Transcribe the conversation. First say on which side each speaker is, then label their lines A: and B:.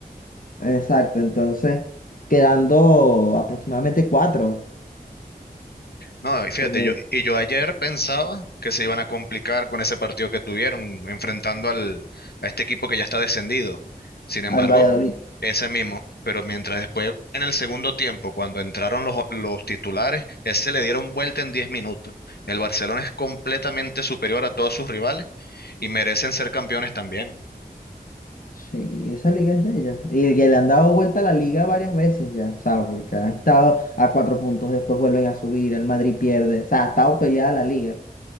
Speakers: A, on the left; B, on the left.
A: Exacto, entonces quedando aproximadamente cuatro,
B: No, y fíjate,
A: porque
B: yo, y yo ayer pensaba que se iban a complicar con ese partido que tuvieron, enfrentando al, a este equipo que ya está descendido. Sin embargo,
A: al Valladolid.
B: ese mismo. Pero mientras después, en el segundo tiempo, cuando entraron los, los titulares, ese le dieron vuelta en 10 minutos. El Barcelona es completamente superior a todos sus rivales y merecen ser campeones también.
A: Sí, esa liga es de ellos. Y que le han dado vuelta a la liga varias veces ya, o sea, porque han estado a cuatro puntos, después vuelven a subir, el Madrid pierde, o sea, ha estado peleada la liga.